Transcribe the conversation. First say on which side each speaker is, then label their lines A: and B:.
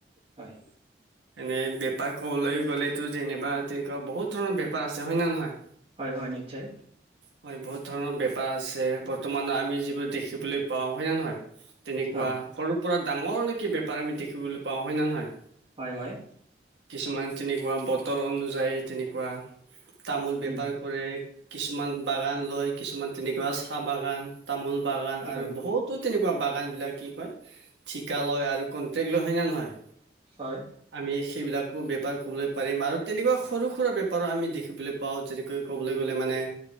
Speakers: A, on the right; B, on the right.
A: হয়
B: এনেই বেপাৰ ক'বলৈ গ'লেতো যেনিবা তেনেকুৱা বহুত ধৰণৰ বেপাৰ আছে হয় ন নহয়?
A: হয় হয় নিশ্চয়।
B: হয় বহুত ধৰণৰ বেপাৰ আছে বৰ্তমান আমি যিবোৰ দেখিবলৈ পাওঁ, হয় নে নহয়? তেনেকুৱা
A: হয়
B: সৰুৰ পৰা ডাঙৰ লৈকে বেপাৰ আমি দেখিবলৈ পাওঁ, হয় নে নহয়?
A: হয় হয়।
B: কিছুমান তেনেকুৱা বতৰ অনুযায়ী তেনেকুৱা তামোল বেপাৰ
A: উম
B: কৰে কিছুমান বাগান লয় কিছুমান তেনেকুৱা চাহ বাগান তামোল বাগান
A: হয়
B: আৰু বহুতো তেনেকুৱা বাগান বিলাক কি কয় ঠিকা লয় আৰু কণ্টেক্ট লয়, হয় নে নহয়?
A: হয়।
B: আমি সেইবিলাকো বেপাৰ কবলৈ পাৰিম আৰু তেনেকুৱা সৰু সুৰা বেপাৰো আমি দেখিবলৈ পাওঁ যেনেকৈ কবলৈ গ'লে মানে